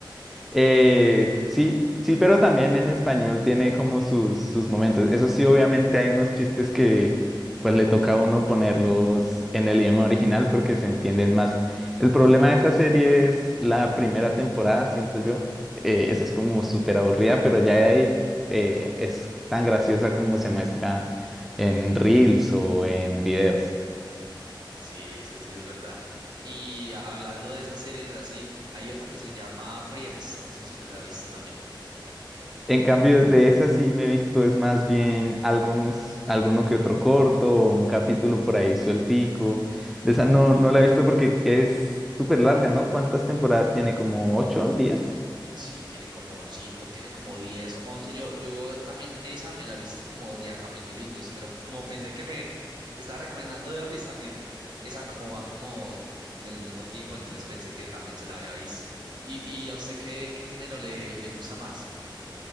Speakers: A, in the centre; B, on the right (about 60°).
A: Eh, sí, sí, pero también en español tiene como sus, sus momentos. Eso sí, obviamente hay unos chistes que pues le toca a uno ponerlos en el idioma original porque se entienden más. El problema de esa serie es la primera temporada, siento yo. Eh, esa es como súper aburrida, pero ya de ahí eh, es tan graciosa como se muestra en reels o en videos.
B: Sí, eso sí es verdad. Y hablando de esas series así, hay otra que se llama Friends, no sé si se la ha visto también.
A: En cambio, de esas sí me he visto, es más bien algunos, alguno que otro corto o un capítulo por ahí sueltico. De esa no, no la he visto porque es súper larga, ¿no? ¿Cuántas temporadas tiene? ¿Como ocho o diez?
B: Sí, tiene como, sí, co- tiene como 10, 11. Yo, yo también esa me la he visto como de a capitulitos, pero como pensé que me estaba recomendando The Office, también esa como van como del mismo tipo, entonces pensé que también se la había visto. ¿Y, y a usted qué, qué género le, le gusta más?